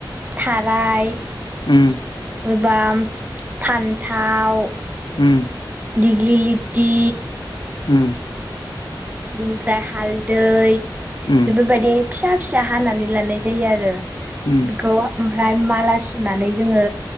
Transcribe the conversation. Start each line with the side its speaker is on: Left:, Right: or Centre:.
Right: थाराय
Left: उम
Right: एबा फान्थाव
Left: उम
Right: दिग्लिलिति
Left: उम
Right: बिनिफ्राय हालदै
Left: उम
Right: बेफोर बायदि फिसा फिसा हानानै लानाय जायो आरो।
Left: उम उम
Right: बिखौ ओमफ्राय माला सुनानै जोङो